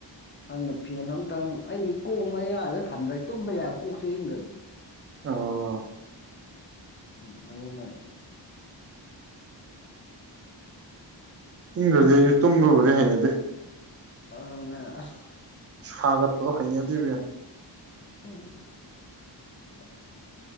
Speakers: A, on the left; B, on the right.
A: ꯍꯪꯅ ꯐꯦꯟ ꯑꯝꯇꯪ ꯑꯩꯗꯤ ꯀꯣꯛ ꯑꯃ ꯌꯥꯗ ꯊꯝꯗ꯭ꯔꯦ ꯇꯨꯝꯕ ꯌꯥꯏꯔ ꯀꯣꯛꯁꯦ ꯌꯪꯗ꯭ꯔꯗꯤ
B: ꯑꯣ
A: ꯎꯝ ꯑꯗꯨꯂ
B: ꯏꯪꯈ꯭ꯔꯗꯤ ꯑꯩꯁꯨ ꯇꯨꯝꯂꯕꯨꯗꯤ ꯍꯩꯅꯗꯦ
A: ꯑ ꯑꯁ
B: ꯁꯈꯥꯒꯠ ꯄꯠꯇ ꯈꯩꯅꯤꯗꯤꯕꯤ
A: ꯎꯝ ꯎꯝ